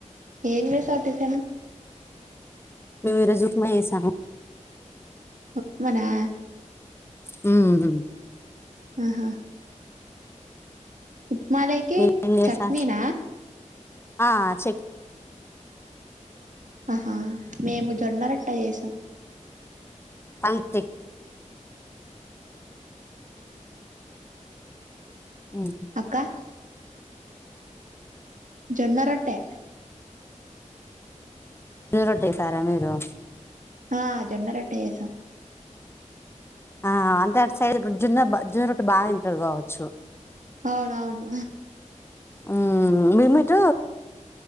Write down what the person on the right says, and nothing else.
ఏన్ జెష టిఫను
ఉప్మానా
ఆహా ఉప్మాలోకి
చట్నీనా
ఆహా మేము జొన్నరోట్టే చేసాం
ఇంకా జొన్నరోట్టె
ఆ జొన్నరోట్టే చేసాం
అవునవును